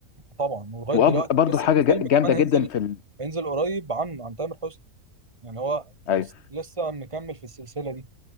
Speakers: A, on the right; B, on the left.
A: طبعا ولغاية
B: وبرضه
A: دلوقتي لسه
B: حاجه
A: في فيلم
B: جا- جامده
A: كمان هينزل
B: جدا في ال...
A: هينزل قريب عنه عن تامر حسني يعني هو
B: ايوه
A: لسه مكمل في السلسلة دي